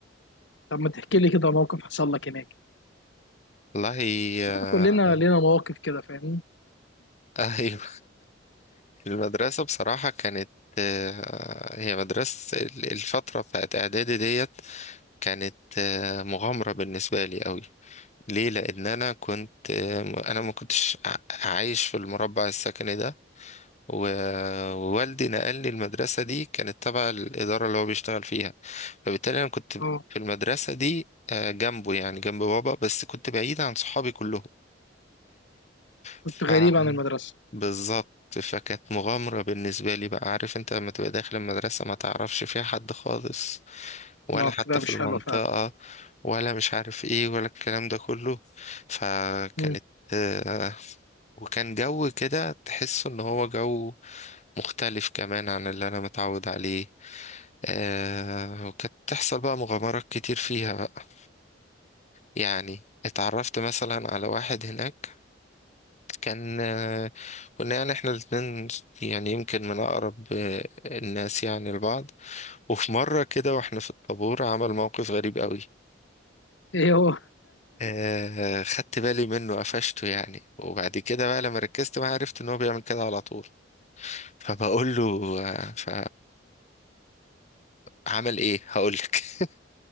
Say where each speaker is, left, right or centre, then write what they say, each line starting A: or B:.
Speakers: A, on the left; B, on the left.
A: طب ما تحكي لي كده موقف حصل لك هناك
B: والله آه،
A: آه، كلنا لينا مواقف كده فاهمني
B: <laughs> أيوه المدرسة بصراحة كانت آه، هي مدرسة الفترة بتاعت إعدادي ديت كانت آه، مغامرة بالنسبة لي أوي ليه لان انا كنت انا ما كنتش ع- عايش في المربع السكني ده و- ووالدي نقلني المدرسة دي كانت تبع الإدارة اللي هو بيشتغل فيها فبالتالي أنا كنت
A: اه
B: في المدرسة دي آه، جنبه يعني جنب بابا بس كنت بعيد عن صحابي كلهم
A: كنت
B: فاهمني
A: غريب عن المدرسه
B: بالظبط فكانت مغامرة بالنسبة لي بقى عارف انت لما تبقى داخل المدرسة ما تعرفش فيها حد خالص ولا
A: اه
B: حتى
A: بتبقى مش
B: في المنطقة
A: حلوه فعلا
B: ولا مش عارف ايه ولا الكلام ده كله فكانت
A: مم.
B: آه، وكان جو كده تحس ان هو جو مختلف كمان عن اللي انا متعود عليه آه، وكانت تحصل بقى مغامرات كتير فيها بقى يعني اتعرفت مثلا على واحد هناك كان آه، كنا يعني احنا الاتنين يعني يمكن من أقرب آه، الناس يعني لبعض وفي مرة كده واحنا في الطابور عمل موقف غريب قوي
A: ايه هو
B: آه خدت بالي منه قفشته يعني وبعد كده بقى لما ركزت معاه عرفت ان هو بيعمل كده على طول فبقول له آه، ف عمل ايه هقولك <laughs>